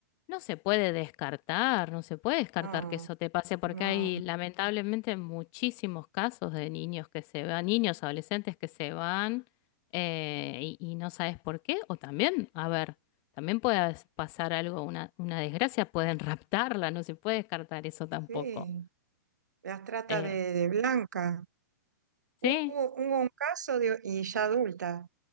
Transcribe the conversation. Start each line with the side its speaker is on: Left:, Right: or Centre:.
Left: No se puede descartar, no se puede descartar
Right: No,
Left: que eso te pase, porque
Right: no,
Left: hay lamentablemente muchísimos casos de niños que se van, niños, adolescentes que se van eh, y, y no sabes por qué, o también, a ver, también puede pasar algo, una, una desgracia, pueden raptarla, no se puede descartar eso tampoco.
Right: sí, las trata
Left: Eh,
Right: de, de blanca. Hubo,
Left: sí,
Right: hubo un caso de, y ya adulta,